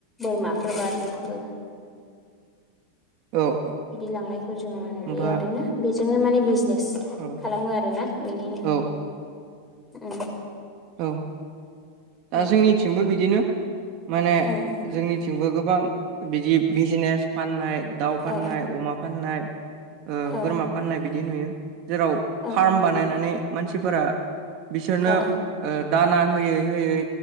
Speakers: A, in the centre; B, on the right.
A: बोरमाफोर बबो
B: औ
A: बिदि लांनायखौ जों नुयो
B: होमबा
A: आरो ना बेजोंनो माने बिजनेस
B: औ
A: खालामो आरोना बेनिनो
B: औ औ दा
A: उम
B: जोंनिथिंबो बिदि बिदिनो माने
A: उम
B: जोंनिथिंबो गोबां बिदि बिजनेस फाननाय दाउ फाननाय
A: औ
B: अमा फाननाय
A: औ
B: बोरमा ओ फाननाय बिदि नुयो जेराव
A: औ
B: फार्म बानायनानै मानसिफोरा बिसोरनो
A: औ
B: ओ दाना होयै होयै